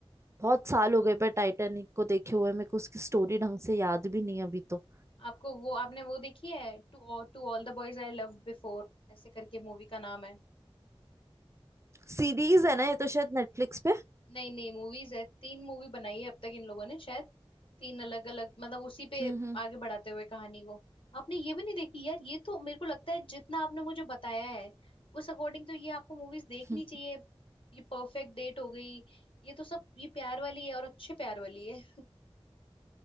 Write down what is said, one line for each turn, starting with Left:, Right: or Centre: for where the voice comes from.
Right: बहुत साल हो गए पर टाइटैनिक को देखे हुए मेरे को उसकी स्टोरी ढंग से याद भी नहीं है अभी तो
Left: आपको वो आपने वो देखी है to to all the boys I love before ऐसे करके मूवी का नाम है
Right: सीरीज है ना ये तो शायद नेटफ्लिक्स पे
Left: नहीं नहीं मूवीज है तीन मूवी बनाई है अब तक इन लोगों ने शायद तीन अलग अलग मतलब उसी पे
Right: हम्म हम्म
Left: आगे बढ़ाते हुए कहानी को आपने ये भी नहीं देखी यार ये तो मेरे को लगता है जितना आपने मुझे बताया है उस अकॉर्डिंग तो ये आपको मूवीज देखनी
Right: हम्म।
Left: चाहिए ये परफेक्ट डेट हो गई ये तो सब ये प्यार वाली है और अच्छे प्यार वाली है